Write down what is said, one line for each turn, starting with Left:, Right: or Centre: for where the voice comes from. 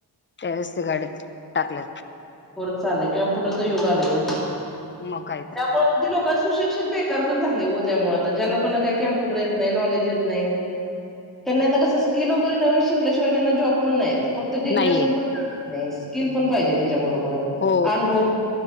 Left: त्या वळेस ते गाडीत टाकल.
Centre: चाल कमप्युटरचा युग आलंय वो.
Left: मग काय?
Centre: त्यामुळे किती लोक सुशिक्षित बेका पण झाले हो त्यामुळे आता ज्या लोकांना काही कम्प्युटर येत नाही, नॉलेज येत नाही. त्यांनी आता कसं स्किल वगैरे नवीन शिकल्याशिवाय त्यांना जॉब पण नाहीत. फक्त डिग्री
Left: नाहीये
Centre: असून पण नाही स्किल पण पाहिजे त्याच्याबरोबर
Left: हो
Centre: अनुभव